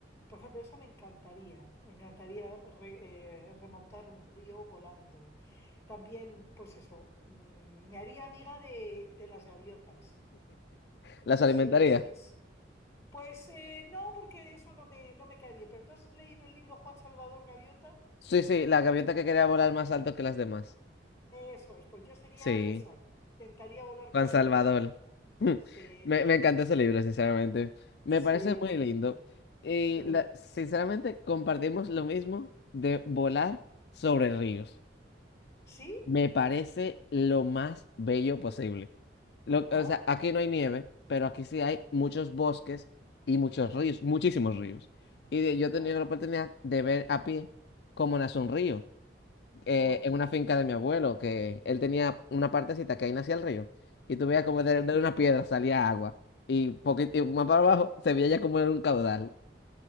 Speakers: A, on the left; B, on the left.
A: Por ejemplo, eso me encantaría, me encantaría re- eh, remontar un río volando. También, pues eso, mm, me haría amiga de, de las gaviotas.
B: ¿Las
A: Sí,
B: alimentaría?
A: sí, sí. Pues eh, no, porque eso no me, no me cae bien. Pero tú has leído el libro Juan Salvador Gaviota.
B: Sí, sí, la gaviota que quería volar más alto que las demás.
A: Eso es, pues yo sería
B: Sí,
A: esa. Intentaría volar
B: Juan
A: cada
B: Salvador.
A: vez más cerca.
B: <laughs> Mm.
A: Sí,
B: Me, me encantó ese libro, sinceramente. Me
A: sí,
B: parece muy
A: bonito,
B: lindo. Y
A: qué bonito.
B: la- sinceramente compartimos lo mismo de volar sobre ríos.
A: Sí,
B: Me parece lo más bello posible. Lo-
A: ¿verdad?
B: o sea, aquí no hay nieve, pero aquí sí hay muchos bosques y muchos ríos, muchísimos ríos. Y de- yo he tenido
A: Ah,
B: la oportunidad de ver a pie cómo nace un río eh,
A: qué bonita.
B: en una finca de mi abuelo, que él tenía una partecita que ahí nacía el río, y tú veías como
A: Sí,
B: de, de una piedra salía agua, y, poquito, y más para abajo se veía ya como era un caudal,